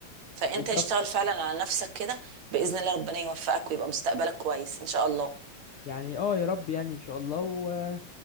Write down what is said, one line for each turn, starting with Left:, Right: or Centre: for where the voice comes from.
Right: فانت
Left: بالظبط
Right: اشتغل فعلا على نفسك كده باذن الله ربنا يوفقك ويبقى مستقبلك كويس ان شاء الله
Left: يعني اه يا رب يعني ان شاء الله و...